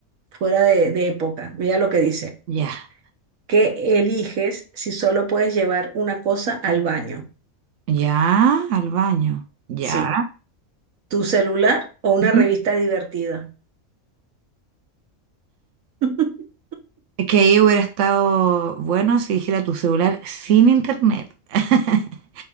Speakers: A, on the right; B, on the right.
A: fuera de, de época. Mira lo que dice.
B: Ya.
A: que eliges si solo puedes llevar una cosa al baño.
B: Ya, al baño. Ya.
A: Sí, tu celular o una
B: Ujú.
A: revista divertida. <laughs>
B: Es que ahí hubiera estado bueno si dijera tu celular sin internet, <laughs>